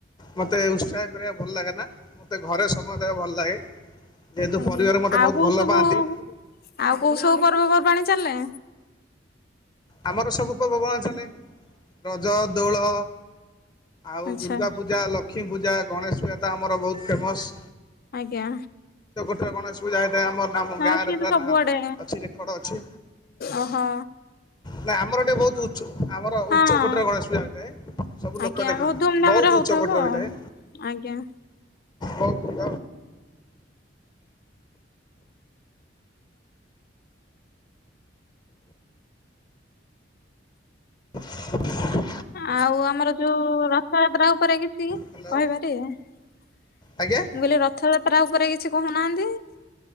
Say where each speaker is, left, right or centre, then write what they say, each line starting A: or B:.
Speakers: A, on the left; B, on the left.
A: ମୋତେ ଉତ୍ସାହ କରିବା ଭଲ ଲାଗେ ନା ମୋତେ ଘରେ ସମୟ ଦେବା ଭଲ ଲାଗେ। ଯେହେତୁ
B: ଆଜ୍ଞା
A: ପରିବାର ମତେ
B: ଆଉ
A: ବହୁତ
B: କୋଉ
A: ଭଲ
B: ସବୁ
A: ପାଆନ୍ତି।
B: ଆଉ କୋଉ ସବୁ ପର୍ବପର୍ବାଣୀ ଚାଲେ?
A: ଆମର ସବୁ ପର୍ବ ପର୍ବାଣୀ ଚାଲେ। ରଜ ଦୋଳ ଆଉ
B: ଆଚ୍ଛା
A: ଦୁର୍ଗା ପୂଜା ଲକ୍ଷ୍ମୀ ଲକ୍ଷ୍ମୀ ପୂଜା ଗଣେଶ ପୂଜା ତ ଆମର ବହୁତ ଫେମସ୍।
B: ଆଜ୍ଞା।
A: ଏଥର ଗଣେଶ ପୂଜା ଆମର
B: ହଁ
A: ଗାଁରେ
B: ସିଏ
A: ପୁରା
B: ତ ସବୁଆଡେ
A: ଅଛି ରେକର୍ଡ ଅଛି।
B: ଓହୋ।
A: ନାଇଁ ଆମର ଟିକେ ଉଚ୍ଚ ଆମର
B: ହଁ
A: ଉଚ୍ଚକୋଟୀର ଗଣେଶ ପୂଜା ହୋଇଥାଏ ସବୁ ଲୋକ
B: ଆଜ୍ଞା
A: ଦେଖନ୍ତି
B: ବହୁତ ଧୁମଧାମ
A: ବହୁତ
B: ରେ ହଉଥିବ
A: ଉଚ୍ଚକୋଟୀର ହୋଇଥାଏ।
B: ଆଉ ଆଜ୍ଞା।
A: ବହୁ <inaudible> <inaudible>
B: ଆଉ ଆମର ଯୋଉ ରଥଯାତ୍ରା ଉପରେ କି
A: ହ୍ୟାଲୋ
B: କହିବାର ଏଇଆ ମୁଁ
A: ଆଜ୍ଞା
B: କହିଲି ରଥଯାତ୍ରା ଉପରେ କିଛି କୋହୁ ନାହାନ୍ତି <inaudible>